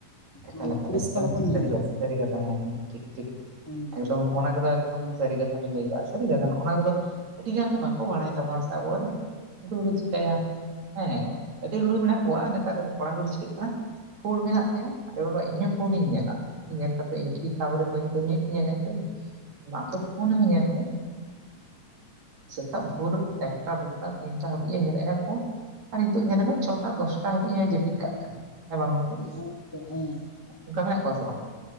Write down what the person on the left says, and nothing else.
ᱢᱟᱱᱮ
ᱯᱚᱨᱤᱥᱠᱟᱨ
ᱵᱚᱱ ᱧᱮᱞ
ᱧᱟᱢᱟ᱾
ᱦᱮᱸ ᱜᱚᱝᱠᱮ
ᱦᱮᱸ ᱜᱚᱝᱠᱮ ᱦᱮᱸ᱾